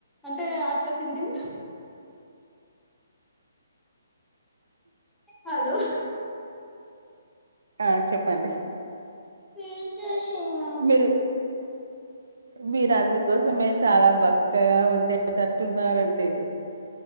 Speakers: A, in the centre; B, on the right (about 80°).
A: అంటే అట్లా తిండివి హలో
B: ఆ చెప్పండి
A: పీకేసినా
B: మీరు మీరు అందుకోసమే చాలా బక్కగా ఉండేటట్టున్నారండి